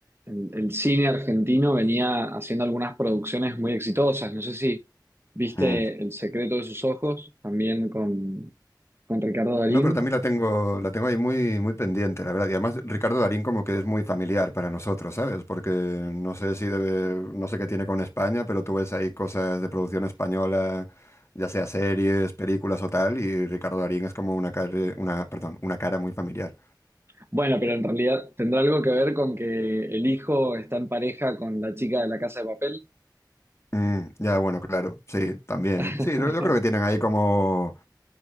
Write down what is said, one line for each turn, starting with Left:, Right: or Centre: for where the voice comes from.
Right: el, el cine argentino venía haciendo algunas producciones muy exitosas. No sé si viste
Left: Mm.
Right: El secreto de sus ojos, también con, con Ricardo Darín.
Left: No, pero también la tengo, la tengo ahí muy, muy pendiente, la verdad. Y además, Ricardo Darín como que es muy familiar para nosotros, ¿sabes? Porque no sé si debe, no sé qué tiene con España, pero tú ves ahí cosas de producción española, ya sea series, películas o tal, y Ricardo Darín es como una cara, una, perdón, una cara muy familiar.
Right: Bueno, pero en realidad tendrá algo que ver con que el hijo está en pareja con la chica de la Casa de Papel.
Left: Mm, ya, bueno, claro, sí, también.
Right: <laughs>
Left: Sí, yo yo creo que tienen ahí como